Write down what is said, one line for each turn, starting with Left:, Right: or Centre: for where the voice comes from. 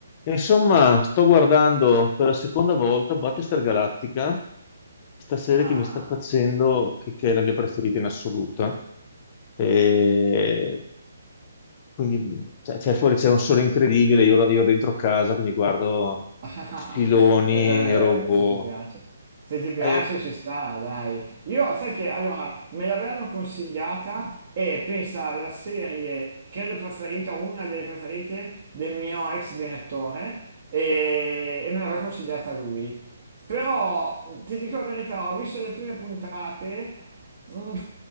Left: Insomma, sto guardando per la seconda volta Battlestar Galactica, sta serie
Right: Ah,
Left: che mi sta facendo, che, che è la mia preferita in assoluto. E quindi, cioè, cioè, fuori c'è un sole incredibile, io, io dentro casa che mi guardo
Right: <laughs>
Left: filoni
Right: e beh,
Left: e robot.
Right: se ti piace. Se ti piace
Left: Eh,
Right: ci sta, dai. Io, sai che, allora, me l'avevano consigliata e pensa alla serie, credo preferita, una delle preferite del mio ex direttore e, e me l'aveva consigliata lui. Però, ti dico la verità, ho visto le prime puntate, mm,